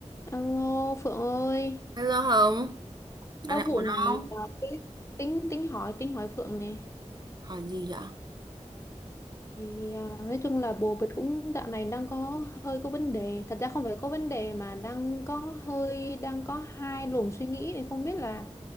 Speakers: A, on the left; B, on the right.
A: Alo Phượng ơi,
B: Hello Hồng, dạo
A: có
B: này
A: vụ
B: ổn
A: này
B: không?
A: à, tính tính hỏi tính hỏi Phượng nè.
B: Hỏi gì vậy?
A: Thì à, nói chung là bồ bịch cũng dạo này đang có hơi có vấn đề. Thật ra không phải có vấn đề mà đang có hơi đang có hai luồng suy nghĩ này không biết là